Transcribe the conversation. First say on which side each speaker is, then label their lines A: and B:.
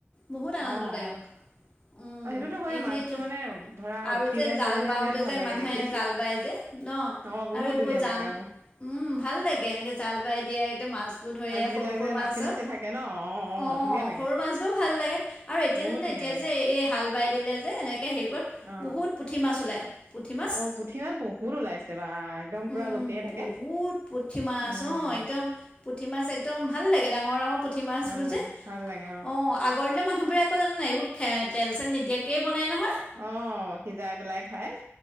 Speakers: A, on the left (about 25°); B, on the right (about 70°).
A: বহুত আনন্দদায়ক।
B: অ অ
A: উম
B: অ সেইটোতো হয়
A: এইখিনিত,
B: মাছটো মানে ধৰা
A: আৰু
B: উঠিলে
A: যে জাল
B: কৰিলে
A: বাওতে
B: বিৰাট ভাল
A: যে
B: লাগে
A: মানুহে
B: দেখি
A: জাল বায় যে ন,
B: অ বহুত
A: আৰু এইবোৰ
B: ধুনীয়া
A: <unintelligible> জাল
B: লাগে অ
A: ভাল লাগে এনেকৈ জাল বাই দিয়ে একদম মাছ বোৰ ধৰি
B: বিলাক
A: সৰু সৰু
B: যে
A: মাছ,
B: নাচি
A: <unintelligible>
B: নাচি থাকে ন অ
A: অ'
B: ধুনীয়া লাগে
A: সৰু মাছবোৰ ভাল লাগে আৰু এতিয়া
B: বহুত
A: <unintelligible> যোনে,
B: ধুনীয়া
A: এতিয়া
B: লাগে
A: যে এই হাল বাই দিলে যে, এনেকে সেইবোৰত,
B: অ
A: বহুত পুঠি মাছ ওলায়। পুঠি মাছ
B: অ' পুঠি মাছ বহুত ওলাইছে, বা একদম পুৰা
A: উম,
B: জপিয়াই থাকে,
A: বহুত পুঠি মাছ
B: উম।
A: অঁ একদম পুঠি মাছ একদম ভাল লাগে, ডাঙৰ-ডাঙৰ পুঠি মাছ
B: ভাল
A: বোৰ
B: লাগে
A: যে,
B: ভাল লাগে
A: অ', আ <unintelligible> আগৰ দীনৰ মানুহবোৰোকো জানাই, <unintelligible> এইবোৰ খ তেল-চেল নিদিয়াকেইে বনাই নহয়।
B: অ' সিজাই পেলাই খাই।